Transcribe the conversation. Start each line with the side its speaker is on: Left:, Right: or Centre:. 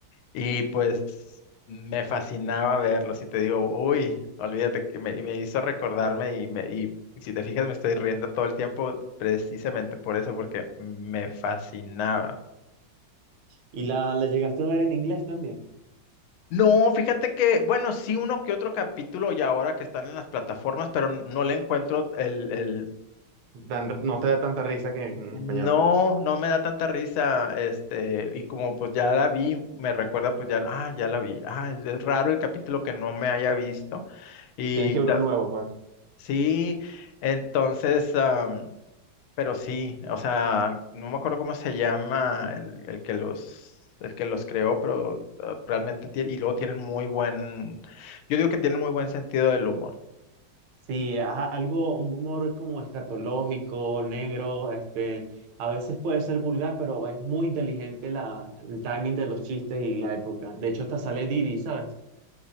Left: y pues me fascinaba verlo. Si te digo, uy, olvídate, que me, y me hizo recordarme y, me, y si te fijas me estoy riendo todo el tiempo precisamente por eso, porque me fascinaba.
Right: ¿Y la, la llegaste a ver en inglés también?
Left: No, fíjate que, bueno, sí uno que otro capítulo y ahora que están en las plataformas, pero n- no le encuentro el, el,
Right: Dan- no te da tanta risa que en
Left: No,
Right: español.
Left: no me da tanta risa, este, y como pues ya la vi, me recuerda pues ya, ah, ya la vi, ah, es, es raro el capítulo que no me haya visto, y
Right: Tienes que ver
Left: ta-
Right: uno nuevo, pues.
Left: sí, entonces, am, pero sí, o sea, no me acuerdo cómo se llama el, el que los, el que los creó, pero ah, realmente, tie- y luego tienen muy buen, yo digo que tienen muy buen sentido del humor.
Right: Sí, ajá, algo, un humor como escatológico, negro, este, a veces puede ser vulgar, pero es muy inteligente la, el timing de los chistes y la época. De hecho, hasta sale Didi, ¿sabes?